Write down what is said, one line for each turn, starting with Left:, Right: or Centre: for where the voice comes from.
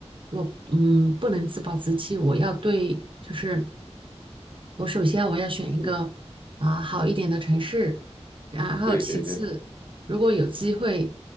Right: 我嗯不能自暴自弃，我要对就是。我首先我要选一个啊、
Left: 嗯
Right: 好一点的城市，然后其次，
Left: 对对对
Right: 如果有机会，